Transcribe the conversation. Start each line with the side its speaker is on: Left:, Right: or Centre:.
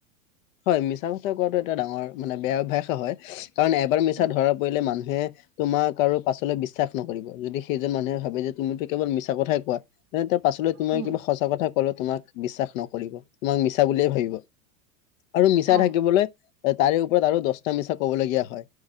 Left: হয় মিছা কথা কোৱাটো এটা ডাঙৰ মানে বেয়া অভ্যাসেই হয় কাৰণ এবাৰ মিছা
Right: উম,
Left: ধৰা পৰিলে মানু <unintelligible> তোমাক আৰু পাছলৈ বিশ্বাস নকৰিব, যদি সেইজন মানুহে ভাবে যে তুমিতো কেৱল মিছা কথাই কোৱা। <unintelligible> পাছলৈ তুমি
Right: উম,
Left: কিবা সঁচা কথা <unintelligible> তোমাক বিশ্বাস নকৰিব, তোমাক মিছা বুলিয়ে ভাবিব। আৰু মিছা
Right: অ',
Left: ঢাকিবলৈ তাৰে ওপৰত আৰু দশটা মিছা ক'বলগীয়া হয়,